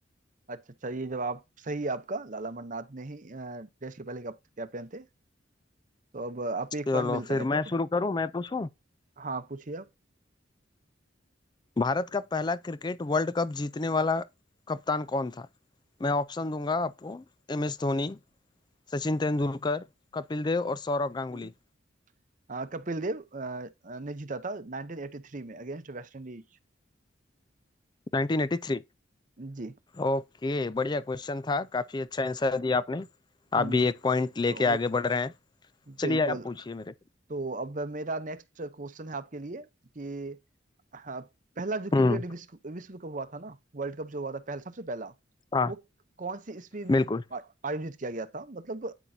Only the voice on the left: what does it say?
चलो
फिर
मैं
शुरू करूं मैं पूछूं
भारत का पहला क्रिकेट वर्ल्ड कप जीतने वाला कप्तान कौन था मैं ऑप्शन दूंगा आपको एम एस धोनी सचिन तेंदुलकर कपिल देव और सौरव गांगुली
1983
ओके बढ़िया क्वेश्चन था काफी अच्छा आंसर दिया आपने
आप भी एक पॉइंट
लेके आगे बढ़ रहे हैं
चलिए आप पूछिए मेरे
हम्म
हाँ
बिल्कुल